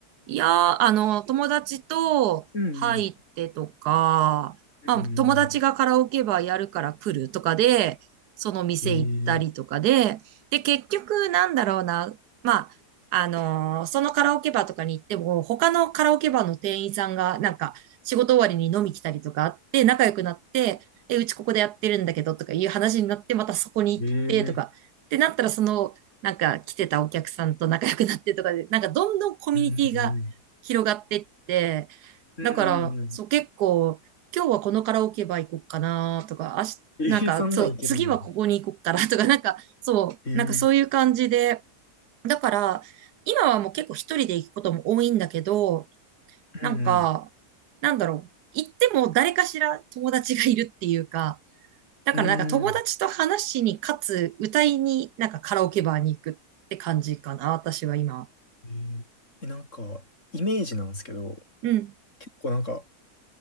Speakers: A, on the right; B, on the left.
A: いやー、あの、友達と入ってとか、
B: うんうん。うんうんうん
A: まあ、友達がカラオケバーやるから来るとかで、その店行ったりとかで、
B: えー、
A: で、結局なんだろうな、まあ、あのーそのカラオケバーとかに行っても、他のカラオケバーの店員さんが、なんか、仕事終わりに飲み来たりとかあって、仲良くなって、え、うちここでやってるんだけどとかいう話になって、またそこに行ってとか、
B: えー、
A: ってなったら、その、なんか来てたお客さんと仲良くなってとかで、なんかどんどんコミュニティが広がってって、
B: うんうんうんうん。
A: だから、
B: うんうん。
A: そう、結構、今日はこのカラオケバー行こうかなとか、あしなんか、
B: えー、そんなんいけるんや。
A: そう、次はここに行こうかな <laughs> とか、なんか、そう、
B: えー、
A: なんかそういう感じで、だから、今はもう結構一人で行くことも多いんだけど、
B: うんうん。
A: なんか、なんだろう、行っても誰かしら友達がいるっていうか、だからなんか友達と話しに、
B: うん。うん。
A: かつ歌いに、なんかカラオケバーに行くって感じかな、私は今。
B: えー、え、なんか、イメージなんですけど、
A: うん、
B: 結構なんか、